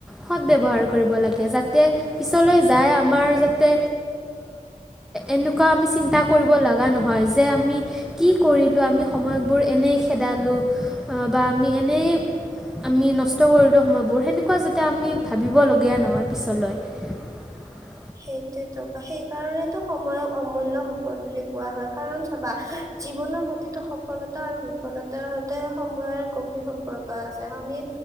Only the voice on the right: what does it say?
সেইটোতো সেইকাৰণেতটো সময়ক অমূল্য় সম্পদ বুলি কোৱা হয় কাৰণ চাবা জীৱনৰ প্ৰতিটো সফলতা আৰু বিফলতাৰ সৈতে সময়ৰ গভীৰ সম্পৰ্ক আছে আমি